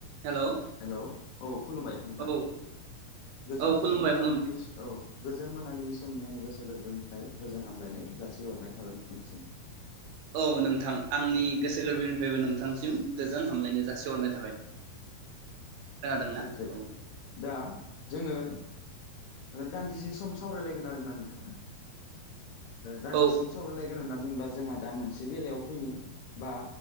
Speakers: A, on the right; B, on the left.
A: Hello
B: hello औ खुलुमबाय नोंथां
A: औ
B: गोजोन
A: औ खुलुमबाय
B: मिन मोनाबिस
A: खुलुमबाय
B: औ गोजोन मोनाबिलि असमियानि गोसो गोरबोनिफ्राय गोजोन हामलायनाय जासिहरनाय थाबाय नोंथांसिम
A: औ नोंथां आंनि गोसो गोरबोनिफ्रायबो नोंथांसिम गोजोन हामलायनो जासिहरनाय थाबाय। खोनादोंना
B: सैथो
A: औ
B: दा जोङो दान्दिसे सम सावरायलायगोन आरोना नोंथां दान्दिसे
A: औ
B: सम सावरायलायगोन होनना बुङोब्ला जोंहा दा मोनसे बेलायाव फैनि बा